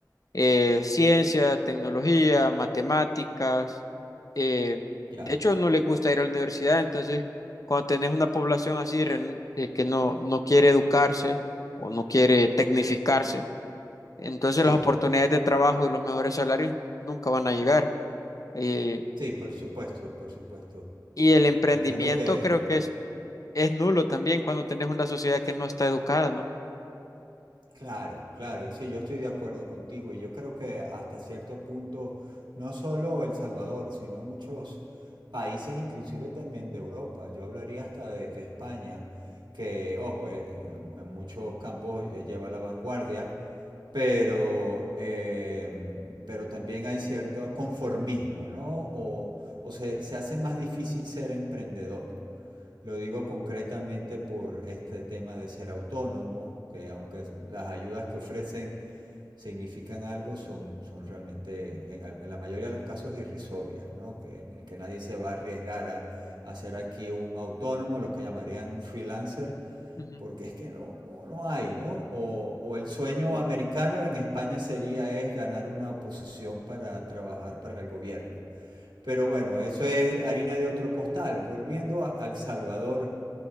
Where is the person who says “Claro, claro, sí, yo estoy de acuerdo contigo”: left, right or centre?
Right